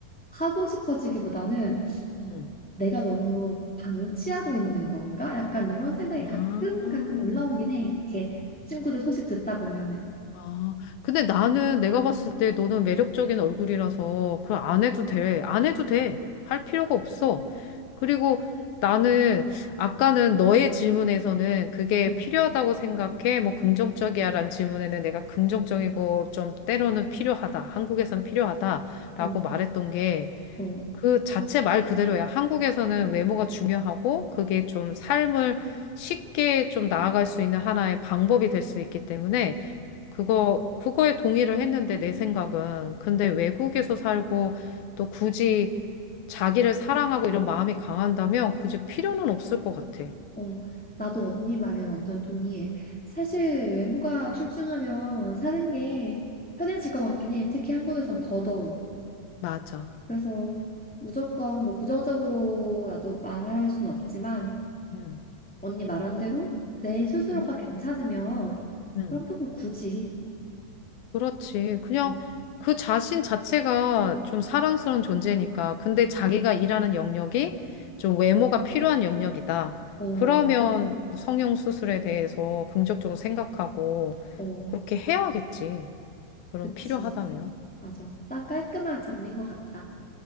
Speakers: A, in the centre; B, on the left.
A: 하고 싶어지기보다는 어,
B: 응.
A: 내가 너무 방치하고 있는 건가? 약간 이런 생각이
B: 아.
A: 가끔 가끔 올라오긴 해. 이렇게 친구들 소식 듣다 보면은
B: 아, 근데 나는 내가 봤을 때 너는 매력적인 얼굴이라서 그걸 안 해도 돼. 안 해도 돼. 할 필요가 없어. 그리고 나는 아까는 너의 질문에서는 그게
A: 어,
B: 필요하다고 생각해. 뭐 긍정적이야라는 질문에는 내가 긍정적이고 좀 때로는 필요하다. 한국에선 필요하다라고
A: 어,
B: 말했던 게
A: 어,
B: 그 자체 말 그대로야. 한국에서는 외모가 중요하고 그게 좀 삶을 쉽게 좀 나아갈 수 있는 하나의 방법이 될 수 있기 때문에 그거, 그거에 동의를 했는데, 내 생각은. 근데 외국에서 살고, 또 굳이 자기를 사랑하고 이런 마음이 강한다면, 굳이 필요는 없을 것 같아.
A: 어, 나도 언니 말에 완전 동의해. 사실 외모가 출중하면 사는 게 편해질 것 같긴 해. 특히 한국에선 더더욱.
B: 맞아.
A: 그래서 무조건 뭐 부정적으로 나도 말할 순 없지만
B: 음,
A: 언니 말한 대로 내 스스로가
B: 음,
A: 괜찮으면
B: 음.
A: 그럼 또 뭐 굳이
B: 그렇지. 그냥
A: 어,
B: 그 자신 자체가 좀 사랑스러운 존재니까. 근데 자기가 일하는 영역이 좀 외모가 필요한 영역이다.
A: 어,
B: 그러면 성형 수술에 대해서 긍정적으로 생각하고
A: 어,
B: 그렇게 해야겠지. 그럼
A: 그치.
B: 필요하다네요.
A: 맞아. 딱 깔끔한 정리인 것 같다.